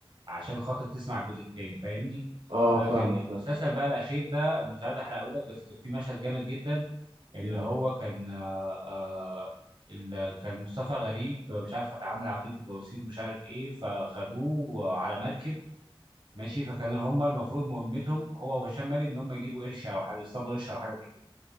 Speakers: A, on the right; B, on the right.
A: عشان خاطر تسمع الجزء التاني فاهمني
B: اه
A: آه
B: فاهمك
A: كان المسلسل
B: فاهم
A: بقى الاخير ده انا مش عايز احرقه لك بس كان في مشهد جامد جدا اللي
B: أمم.
A: هو كان آه آه، اللي كان مصطفى غريب مش عارف عامل عملية البواسير ومش عارف ايه فخدوه على مركب ماشي فكان هم المفروض مهمتهم هو وهشام ماجد ان هم يجيبوا قرش او حاجه يصطادوا قرش او حاجه زي كده